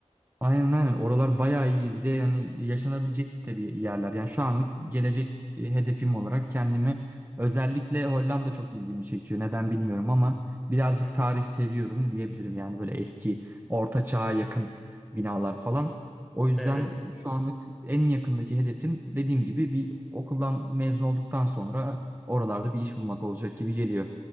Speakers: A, on the right; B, in the centre.
A: Aynen aynen. Oralar bayağı iyi. Bir de yani yaşanabilecek tabii yerler. Yani şu anlık gelecek e, hedefim olarak kendimi özellikle Hollanda çok ilgimi çekiyor. Neden bilmiyorum ama birazcık
B: Hı hı.
A: tarih seviyorum diyebilirim. Yani böyle eski orta çağa yakın binalar falan. O yüzden
B: Evet.
A: şu anlık en yakındaki hedefim dediğim gibi bir okuldan mezun olduktan sonra oralarda bir iş bulmak olacak gibi geliyor.